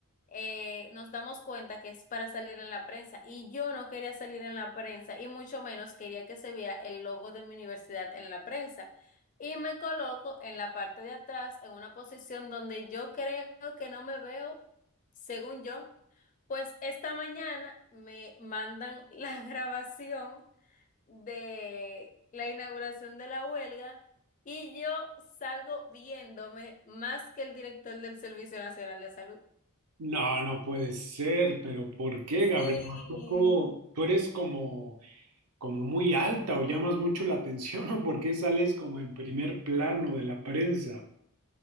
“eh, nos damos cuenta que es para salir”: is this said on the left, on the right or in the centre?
Left